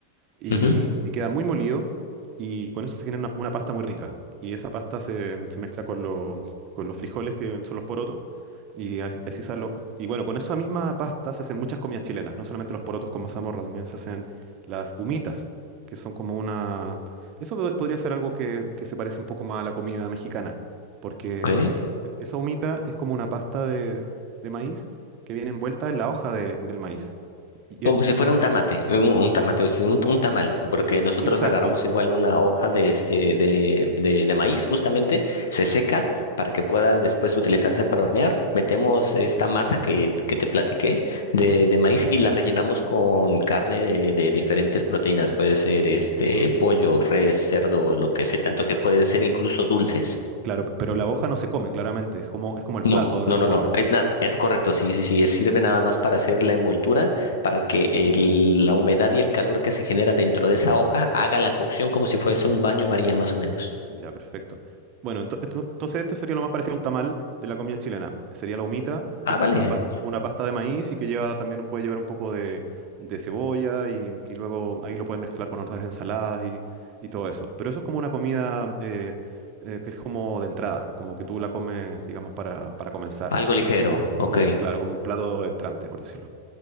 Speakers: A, on the right; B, on the left.
A: y,
B: ujú,
A: y queda muy molido y con eso se genera una, una pasta muy rica. Y esa pasta se, se mezcla con, lo- con los frijoles, que son los porotos, y as- así sale. Y bueno, con esa misma pasta se hacen muchas comidas chilenas, no solamente los porotos con mazamorra, también se hacen las humitas, que son como una... Eso pod- podría ser algo que, que se parece un poco más a la comida mexicana, porque
B: ok.
A: es- esa humita es como una pasta de, de maíz que viene envuelta en la hoja de- del maíz. Y-
B: Como
A: y-
B: si fuera un tamate, un, un tamate, o sea, un, un tamal, porque nosotros
A: exacto.
B: agarramos igual una hoja de este de, de, de maíz, justamente, se seca para que pueda después utilizarse para hornear. Metemos esta masa que, que te platiqué de, de maíz y la rellenamos con carne de, de diferentes proteínas. Puede ser este
A: Mm, mm.
B: pollo, res, cerdo, lo que se tanto que pueden ser incluso dulces.
A: Claro, pero la hoja no se come, claramente. Es como, es como el
B: No,
A: plato donde
B: no,
A: tú
B: no,
A: comes.
B: no. Es nada, es correcto. Sí, sí, sí. Sirve nada más para hacer la envoltura, para que el- la humedad y el calor que se genera dentro de esa hoja haga la cocción como si fuese un baño María, más o menos.
A: Ya, perfecto. Bueno, ento- esto- entonces esto sería lo más parecido a un tamal de la comida chilena. Sería la humita,
B: Ah,
A: que es
B: vale.
A: como una pasta, una pasta de maíz y que lleva también puede llevar un poco de, de cebolla y, y luego ahí lo puedes mezclar con otras ensaladas y, y todo eso. Pero eso es como una comida eh, eh, que es como de entrada, como que tú la comes, digamos, para, para comenzar.
B: Algo ligero.
A: Como, un-
B: Ok.
A: un- claro, como un plato entrante, por decirlo.